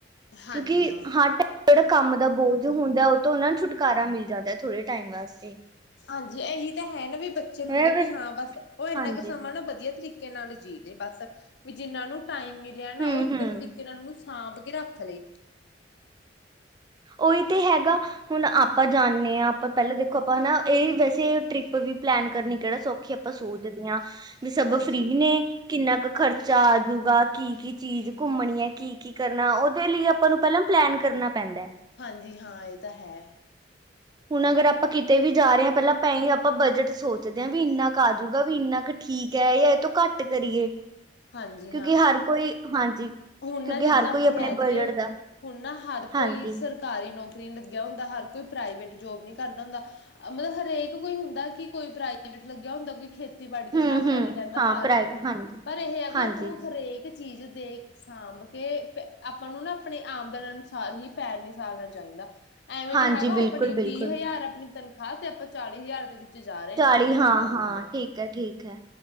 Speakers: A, on the left; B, on the right.
A: ਹਾਂਜੀ
B: ਕਿਉਂਕਿ
A: ਹਾਂ
B: ਹਰ ਟਾਈਮ ਜਿਹੜਾ ਕੰਮ ਦਾ ਬੋਝ ਹੁੰਦਾ ਉਹ ਤੋਂ ਉਹਨਾਂ ਨੂੰ ਛੁਟਕਾਰਾ ਮਿਲ ਜਾਂਦਾ। ਥੋੜੇ ਟਾਈਮ ਵਾਸਤੇ।
A: ਹਾਂਜੀ ਇਹੀ ਤਾਂ ਹੈ ਨਾ ਵੀ ਬੱਚੇ ਨੂੰ
B: ਮੈਂ
A: ਹੁੰਦਾ ਕਿ ਹਾਂ ਬਸ ਉਹ ਇੰਨਾ
B: ਹਾਂਜੀ
A: ਕੁ ਸਮਾਂ ਨਾ ਵਧੀਆ ਤਰੀਕੇ ਤਰੀਕੇ ਨਾਲ ਜੀ ਦੇ ਬਸ ਵੀ ਜਿੰਹਨਾ ਨੂੰ ਟਾਈਮ ਮਿਲਿਆ ਨਾ
B: ਹੂੰ
A: ਉਹ ਇੱਕ
B: ਹੂੰ
A: ਤਰੀਕੇ ਨਾਲ ਸਾਂਭ ਕੇ ਰੱਖ ਲਈ।
B: ਉਹੀ ਤੇ ਹੈਗਾ ਹੁਣ ਆਪਾਂ ਜਾਂਦੇ ਹਾਂ ਆਪਾਂ ਪਹਿਲਾਂ ਦੇਖੋ ਆਪਾਂ ਨਾ ਇਹ ਵੈਸੇ ਟ੍ਰਿਪ ਵੀ ਪਲੈਨ ਕਰਨੀ ਕਿਹੜਾ ਸੌਖ਼ੀ ਆ, ਆਪਾਂ ਸੋਚਦੇ ਹਾਂ ਵੀ ਸਭ
A: ਹਾਂਜੀ
B: ਫ੍ਰੀ ਨੇ। ਕਿੰਨਾ ਕੁ ਖਰਚਾ ਆਜੂਗਾ, ਕੀ-ਕੀ ਚੀਜ਼ ਘੁੰਮਣੀ ਐ, ਕੀ ਕੀ ਕਰਨਾ, ਉਹਦੇ ਲਈ ਆਪਾਂ ਨੂੰ ਪਹਿਲਾਂ ਪਲੈਨ ਕਰਨਾ ਪੈਂਦੈ।
A: ਹਾਂਜੀ ਹਾਂ, ਇਹ ਤਾਂ ਹੈ।
B: ਹੁਣ ਅਗਰ ਆਪਾਂ ਕਿਤੇ ਵੀ ਜਾ ਰਹੇ ਹਾਂ, ਪਹਿਲਾਂ ਆਪਾਂ ਬਜਟ ਸੋਚਦੇ ਹਾਂ ਵੀ ਇੰਨਾ ਕੁ ਆਜੂਗਾ, ਵੀ ਇੰਨਾ ਕੁ ਠੀਕ ਹੈ ਜਾਂ ਇਹ ਤੋਂ ਘੱਟ ਕਰੀਏ
A: ਹਾਂਜੀ
B: ਕਿਉਂਕਿ
A: ਹਾਂ
B: ਹਰ ਕੋਈ
A: ਹੁ
B: ਹਾਂਜੀ
A: ਹੁਣ
B: ਕਿਉਂਕਿ
A: ਨਾ ਜਿੱਦਾਂ
B: ਹਰ ਕੋਈ
A: ਆਪਾਂ
B: ਆਪਣੇ
A: ਕਹਿ ਦੀਏ,
B: ਬਜਟ ਦਾ
A: ਹੁਣ ਨਾ ਹਰ
B: ਹਾਂਜੀ
A: ਕੋਈ ਸਰ ਸਰਕਾਰੀ ਨੌਕਰੀ ਨਹੀ ਲੱਗਿਆ ਹੁੰਦਾ ਹਰ ਕੋਈ ਪ੍ਰਾਈਵੇਟ ਜੋਬ ਨਹੀਂ ਕਰਦਾ ਹੁੰਦਾ। ਮਤਲਬ ਹਰੇਕ ਕੋਈ ਹੁੰਦਾ ਕਿ ਕੋਈ ਪ੍ਰਾਈਵੇਟ ਲੱਗਿਆ ਹੁੰਦਾ ਕੋਈ ਖੇ ਖੇਤੀਬਾੜੀ ਦੇ
B: ਹੂੰ
A: ਹਿਸਾਬ
B: ਹੂੰ
A: ਨਾਲ ਹੀ ਰਹਿੰਦਾ
B: ਹਾਂ
A: ਫਾਰਮਿੰਗ
B: ਪ੍ਰਾਈਵੇਟ
A: ਦੇ
B: ਹਾਂਜੀ
A: ਪਰ ਇਹ ਹੈ ਵੀ
B: ਹਾਂਜੀ
A: ਆਪਾ ਨੂੰ ਹਰੇਕ ਚੀਜ਼ ਦੇ ਸਾਂਭ ਕੇ ਆਪਾਂ ਨੂੰ ਨਾ ਆਪਣੀ ਆਮਦਨ ਅਨੁਸਾਰ ਹੀ ਪੈਰ ਨਿਸਾਰਨਾ ਚਾਹੀਦਾ। ਐਵੇਂ
B: ਹਾਂਜੀ
A: ਨੀ ਹੈਗਾ ਉਹ
B: ਬਿਲਕੁਲ
A: ਆਪਣੀ
B: ਬਿਲਕੁਲ
A: ਵੀਹ ਹਜ਼ਾਰ ਆਪਣੀ ਤਨਖਾਹ ਤੇ ਆਪਾਂ ਚਾਲੀ ਹਜ਼ਾਰ ਦੇ ਵਿੱਚ ਜਾ ਰਹੇ
B: ਚਾਲੀ
A: ਕਿ ਉੱਧਰ
B: ਹਾਂ
A: ਕਰ
B: ਹਾਂ
A: ਲੈਂਦੇ
B: ਠੀਕ ਹੈ ਠੀਕ ਹੈ